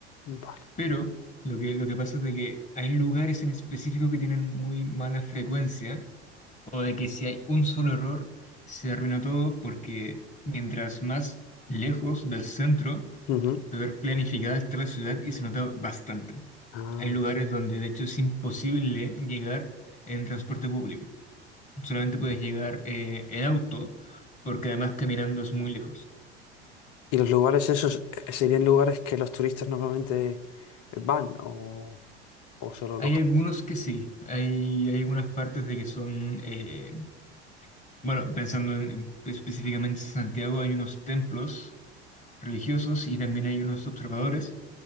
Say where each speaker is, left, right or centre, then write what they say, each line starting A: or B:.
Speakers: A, on the left; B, on the left.
A: Vale.
B: pero lo que, lo que pasa es de que hay lugares en específico que tienen muy mala frecuencia, o de que si hay un solo error, se arruina todo porque mientras más lejos del centro,
A: Ujú.
B: peor planificada está la ciudad y se nota bastante.
A: Ah,
B: Hay lugares
A: sí.
B: donde de hecho es imposible llegar en transporte público. Solamente puedes llegar eh, en auto porque además caminando es muy lejos.
A: ¿Y los lugares esos eh, serían lugares que los turistas normalmente van o, o solo
B: Hay
A: local?
B: algunos que sí, hay, hay algunas partes de que son, eh, bueno, pensando en- en- pues, específicamente en Santiago, hay unos templos religiosos y también hay unos observadores